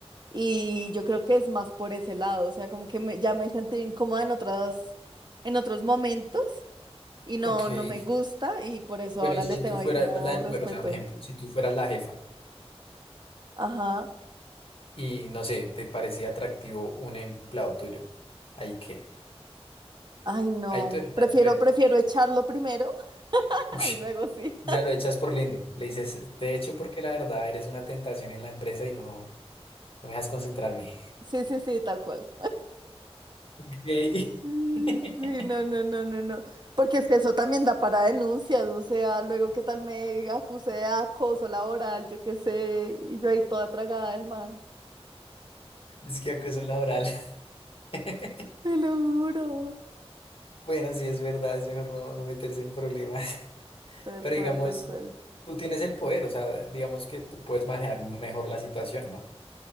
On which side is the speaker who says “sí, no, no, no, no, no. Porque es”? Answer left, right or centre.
Right